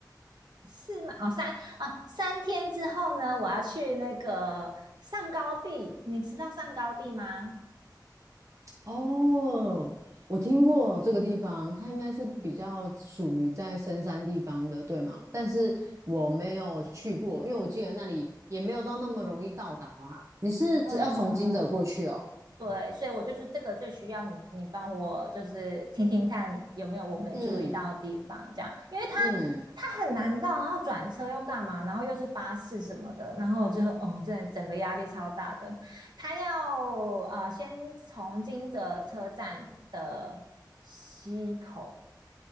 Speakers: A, on the right (about 70°); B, on the right (about 40°).
A: 四嘛，哦三啊三天之后呢，我要去那个上高地，你知道上高地吗？
B: 哦，我听过这个地方，它应该是比较属于在深山地方的，对吗？但是我没有去过，因为我记得那里也没有到那么容易到达啦。你是只要从金泽过去哦？
A: 嗯，对，所以我就是这个最需要你，你帮我就是听听看有没有我没注意到的地方，
B: 嗯
A: 这样，因为他
B: 嗯，
A: 他很难到，然后转车又干嘛，然后又是巴士什么的，然后我就哦，真的整个压力超大的。他要啊、呃先从金泽车站的西口，